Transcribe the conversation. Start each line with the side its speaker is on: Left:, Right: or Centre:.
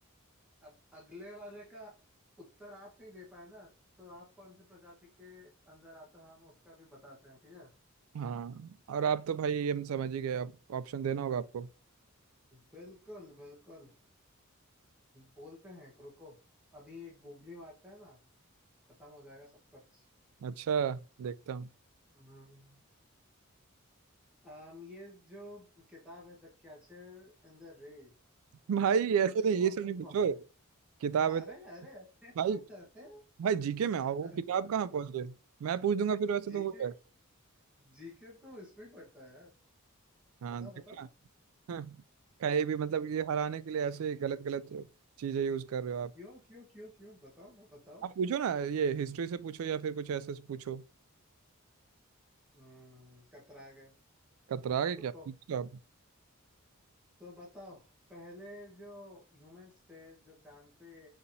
Centre: अब अगले वाले का उत्तर आप नहीं दे पाए ना तो आप कौन से प्रजाति के अंदर आते हो हम उसका भी बताते हैं ठीक है
Right: हाँ और आप तो भाई हम समझ ही गए आप ऑप्शन देना होगा आपको
Centre: बिल्कुल बिल्कुल बोलते हैं रुको अभी एक गूगली मारते हैं ना खत्म हो जाएगा सब कुछ
Right: अच्छा देखता हूँ
Centre: हम्म अम, ये जो किताब है the catcher in the rye
Right: <laughs> भाई
Centre: उसके
Right: ऐसे नहीं ये
Centre: ऑथर
Right: सब नहीं पूछो
Centre: कौन है
Right: किताब
Centre: अरे
Right: है तो-
Centre: अरे अरे
Right: भाई
Centre: अरे
Right: भाई जीके में आओ वो
Centre: अरे
Right: किताब कहाँ पहुंच गए मैं पूछ दूंगा फिर वैसे
Centre: जीके
Right: तो हो जाए
Centre: जीके तो इसमें ही पड़ता है यार
Right: हाँ
Centre: बताओ
Right: देखा
Centre: बताओ
Right: हाँ, कहीं भी मतलब ये हराने के लिए ऐसे ही गलत गलत चीजें यूज कर रहे हो आप
Centre: क्यों क्यों क्यों क्यों बताओ ना बताओ
Right: आप पूछो ना ये हिस्ट्री से पूछो या फिर कुछ ऐसे से पूछो
Centre: हम्म कतरा गए
Right: कतरा के
Centre: रुको
Right: क्या पूछो आप
Centre: तो बताओ पहले जो ह्यूमंस थे जो चांद पे